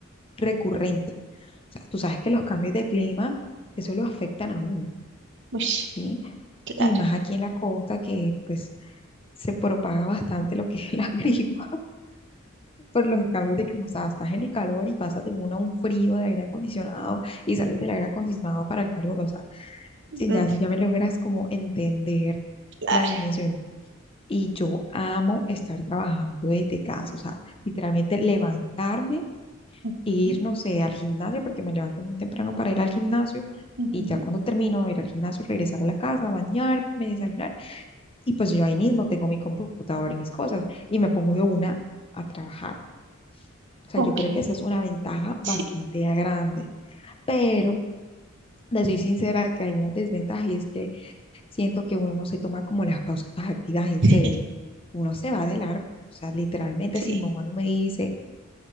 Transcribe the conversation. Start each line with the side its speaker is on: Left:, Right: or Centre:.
Left: recurrente. O sea, tú sabes que los cambios de clima, eso lo afectan a uno,
Right: uy,
Left: ¿sí?
Right: claro
Left: y más aquí en la costa que pues se propaga bastante lo que es la <laughs> gripa por los cambios de clima. O sea, estás en el calor y pasas de uno a un frío de aire acondicionado y sales del aire acondicionado para el calor. O sea,
Right: mm,
Left: si ya, si ya me logras como entender
Right: Clara,
Left: la dimensión. Y yo amo estar trabajando desde casa, o sea, literalmente levantarme e
Right: ujú,
Left: ir, no sé, al gimnasio, porque me levanto muy temprano para ir al gimnasio.
Right: ujú,
Left: Y ya cuando termino de ir al gimnasio, regresar a la casa, bañarme, desayunar Y pues yo ahí mismo tengo mi computador y mis cosas y me pongo de una a trabajar. O sea,
Right: ok,
Left: yo creo que esa es una ventaja
Right: sí,
Left: bastante grande. Pero les soy sincera que hay una desventaja y es que siento que uno no se toma como las pausas activas en
Right: <laughs>
Left: serio. Uno se va de largo. O sea, literalmente
Right: sí.
Left: si mi mamá no me dice,